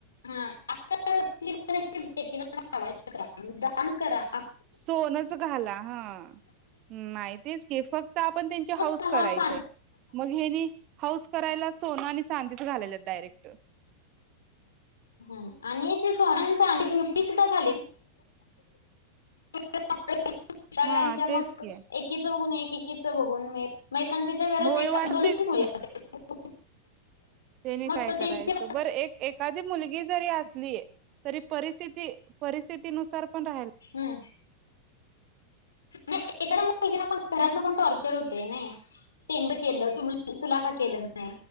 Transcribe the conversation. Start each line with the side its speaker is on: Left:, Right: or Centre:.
Left: हा <unintelligible> दान करा आ
Right: सोनचं घाला हा आ नाई तेच की फक्त आपण तेनची हौस
Left: त्याला
Right: करायचीय
Left: चांदी
Right: मग हेनी हौस करायला सोनं आणि चांदीचं घालाल्यात डायरेक्ट
Left: हा आणि ती सोनं आणि चांदी नुसती सुद्धा <unintelligible> <unintelligible> इन्स्टाग्रामच्या
Right: हा
Left: मग
Right: तेच की
Left: एकीचं बघून एक एकीच बघून मे म एकांदीच्या घरात
Right: होय
Left: एक
Right: वाटतयच
Left: <unintelligible>
Right: तेनी
Left: मग
Right: काय
Left: त्यांच्या
Right: करायचं बरं एक एखादी मुलगी जरी असली तरी परिस्थिती परिस्थितीनुसार पण राहि
Left: हा. <unintelligible> घरात पण टॉर्चर होतय नई. टेंड केलं <unintelligible> तुला का केलं नाई?